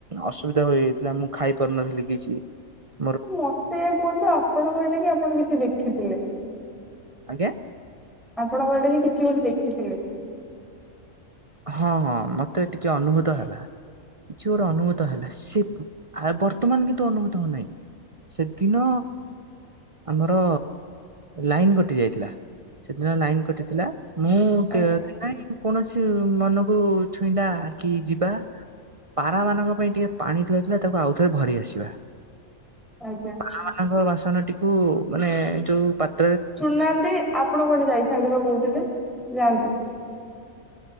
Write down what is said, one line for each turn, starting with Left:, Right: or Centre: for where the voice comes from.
Right: ଅସୁବିଧା ହୋଇଯାଇଥିଲା ମୁଁ ଖାଇ ପାରୁନଥିଲି କିଛି। <inaudible>
Centre: ମତେ କୁହନ୍ତୁ ଆପଣ କହିଲେକି ଆପଣ କିଛି ଦେଖିଥିଲେ?
Right: ଆଜ୍ଞା
Centre: ଆପଣ ବାଡ଼ିରେ କିଛି ଗୋଟେ ଦେଖିଥିଲେ?
Right: ହଁ ହଁ ମତେ ଟିକେ ଅନୁଭୂତ ହେଲା। କିଛି ଗୋଟେ ଅନୁଭୂତ ହେଲା ସେ ଆ ବର୍ତ୍ତମାନ କିନ୍ତୁ ଅନୁଭୂତ ହଉନାହିଁ। ସେଦିନ ଆମର ଲାଇନ କଟି ଯାଇଥିଲା। ସେଦିନ ଲାଇନ କଟିଥିଲା ମୁଁ କେ
Centre: ଆଜ୍ଞା
Right: କୌଣସି ହେଟୁ ମନକୁ ଛୁଇଁଲା କି ଯିବା। ପାରା ମାନଙ୍କ ପାଇଁ ଟିକେ ପାଣି ଧୁଆଇଥିଲା ତାକୁ ଆଉଥରେ ଭରି ଆସିବା।
Centre: ଆଜ୍ଞା।
Right: ପାରା ମାନଙ୍କ ବାସନଟିକୁୁ ମାନେ ଯୋଉ ପାତ୍ର
Centre: ଶୁଣୁନାହାନ୍ତି ଆପଣ କୁଆଡେ ଯାଇଥାନ୍ତେ ବା କହୁଥିଲେ ଯାଆନ୍ତୁ।